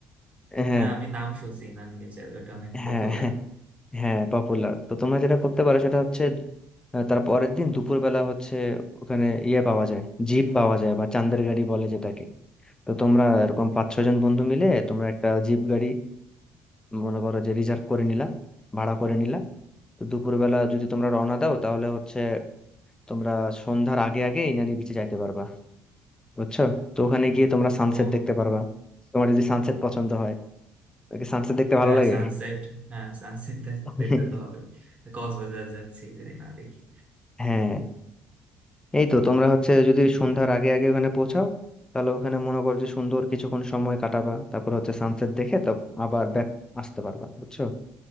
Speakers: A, on the left (about 15°); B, on the right (about 30°).
A: হ্যাঁ
B: হ্যাঁ আমি নাম শুনছি ইনানি বিচের ওটা অনেক পপুলার
A: হ্যাঁ হ্যাঁ হ্যাঁ পপুলার তো তোমরা যেটা করতে পারো সেটা হচ্ছে আহ, তার পরের দিন দুপুরবেলা হচ্ছে ওখানে ইয়ে পাওয়া যায় জিপ পাওয়া যায় বা চান্দের গাড়ি বলে যেটাকে তো তোমরা এরকম পাঁচ ছজন বন্ধু মিলে তোমরা একটা জিপ গাড়ি মনে করো যে রিজার্ভ করে নিলা ভাড়া করে নিলা তো দুপুরবেলা যদি তোমরা রওনা দাও তাহলে হচ্ছে তোমরা সন্ধ্যার আগে আগে ইনানি বিচে যাইতে পারবা বুঝছো তো ওখানে গিয়ে তোমরা সানসেট
B: ও
A: দেখতে পারবা তোমার যদি সানসেট পছন্দ হয় তোকে সানসেট দেখতে ভালো
B: হ্যাঁ
A: লাগে
B: সানসেট হ্যাঁ সানসেট
A: <laughs>
B: দেখতে তো হবে কক্সবাজার যাচ্ছি যদি না দেখি
A: হ্যাঁ এই তো তোমরা হচ্ছে যদি সন্ধ্যার আগে আগে ওখানে পৌঁছাও তাহলে ওখানে মনে করো যে সুন্দর কিছুক্ষণ সময় কাটাবা তারপর হচ্ছে সানসেট দেখে তো আবার ব্যাক আসতে পারবা বুঝছো